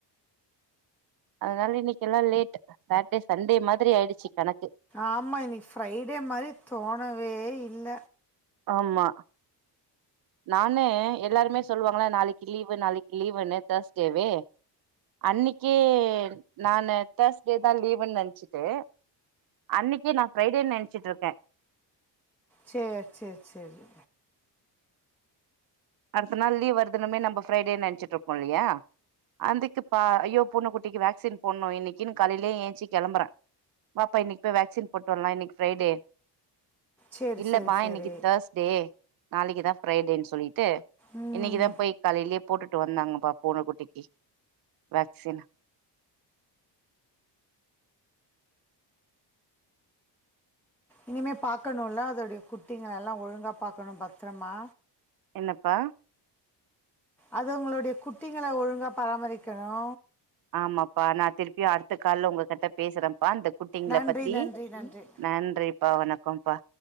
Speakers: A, on the right; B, in the centre.
A: அதனால இன்னிக்கி எல்லா லேட் சாட்டே சண்டே மாதுரி ஆயிடுச்சு கணக்கு
B: ஆமா இன்னிக்கி ஃப்ரைடே மாரி தோணவே இல்ல
A: ஆமா நானு எல்லாருமே சொல்லுவாங்கள்ள நாளைக்கு லீவு நாளைக்கு லீவுன்னு தேர்ஸ்டேவே அன்னைக்கு நானு தேர்ஸ்டே தா லீவுன் நன்ச்சிட்டு அன்னைக்கு நா ஃப்ரைடேன் நெனச்சிட்டு இருக்கே
B: சேர் சேர் சேரி
A: அடுத்த நாள் லீவ் வருதுனமே நம்ம ஃப்ரைடேன் நெனச்சுட்ருப்போ இல்லையா அந்துக்கு பா ஐயோ பூன குட்டிக்கு வேக்சின் போட்ணு இன்னிக்குன் காலைலயே ஏன்ச்சி கெளம்புறே வாப்பா இன்னைக்கு போய் வேக்சின் போட்டு வர்லா இன்னிக்கு ஃப்ரைடே
B: சரி
A: இல்லம்மா
B: சரி சரி
A: இன்னிக்கு தேர்ஸ் டே நாளைக்கு தா ஃப்ரைடேன் சொல்லிட் டு
B: ம்
A: இன்னிக்கு தா போய் காலையிலயே போட்டுட்டு வந்தாங்கப்பா பூன குட்டிக்கு வேக்சின்
B: இனிமே பாக்கணுல்ல அதோட்ய குட்டிங்ள எல்லா ஒழுங்காக பாக்கணு பத்துரமா
A: என்னப்பா
B: அது உங்ளோடைய குட்டிங்கள ஒழுங்காக பராமரிக்கணு
A: ஆமாப்பா நா திருப்பியு அடுத்த கால்ல உங்ககட்ட பேசுறம் ப்பா இந்த குட்டிங்ள
B: நன்றி
A: பத்தி
B: நன்றி நன்றி
A: நன்றிப்பா வணக்கம்ப்பா